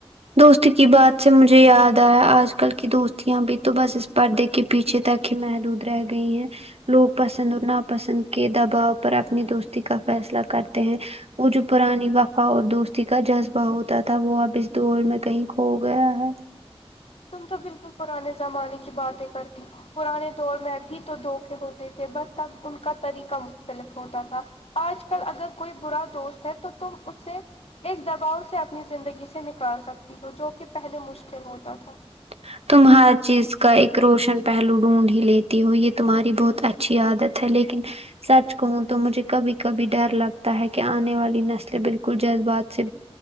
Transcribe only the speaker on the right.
دوست کی بات سے مجھے یاد ایا اج کل کی دوستیاں بھی تو بس اس پردے کی پیچھے تک ہی محدود رہ گئی ہیں لوگ پسند اور ناپسند کے دباؤ پر اپنی دوستی کا فیصلہ کرتے ہیں وہ جو پرانی وفا اور دوستی کا جذبہ ہوتا تھا وہ اب دور میں کہیں کھو گیا ہے
ا تم ہر چیز کا ایک روشن پہلو ڈھونڈ ہی لیتی ہو یہ تمہاری بہت اچھی عادت ہے لیکن سچ کہوں تو مجھے کبھی کبھی ڈر لگتا ہے کہ انے والی نسلیں بالکل جذبات سے